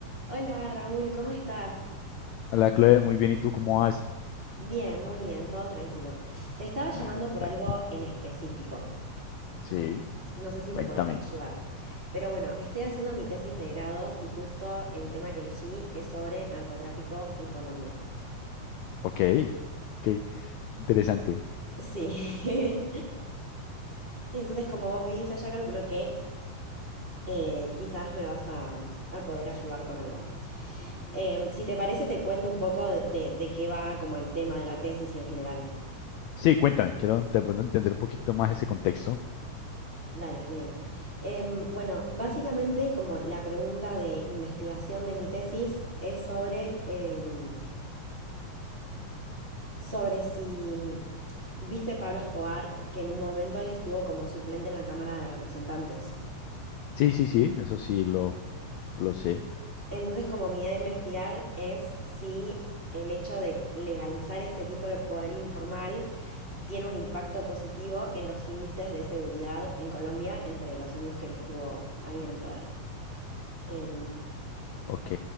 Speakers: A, on the right; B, on the left.
A: Hola Raúl, ¿cómo estás?
B: Hola, Chloe, muy bien. ¿Y tú cómo vas?
A: Bien, muy bien, todo tranquilo. Te estaba llamando
B: Ah, está
A: por algo
B: bien.
A: en específico.
B: Sí,
A: No sé si
B: cuéntame.
A: me podrás ayudar. Pero bueno, estoy haciendo mi tesis de grado y justo el tema que elegí es sobre narcotráfico en Colombia.
B: Ok, ok, interesante.
A: Sí. <laughs> Entonces, como vos viste, ya calculo que eh, quizás me vas a, a poder ayudar con algo. Eh, si te parece, te cuento un poco de, de de qué va como el tema de la tesis y en general.
B: Sí, cuéntame. Quiero de pronto entender un poquito más ese contexto.
A: Dale, genial. Em, bueno, básicamente como la pregunta de investigación de mi tesis es sobre, em, sobre si viste Pablo Escobar, que en un momento él estuvo como suplente en la Cámara de Representantes.
B: Sí, sí, sí, eso sí, lo, lo sé.
A: Entonces, como mi idea de investigar es si el hecho de legalizar este tipo de poder informal tiene un impacto positivo en los índices de seguridad en Colombia entre los años que él estuvo ahí en el poder. Em,
B: Ok.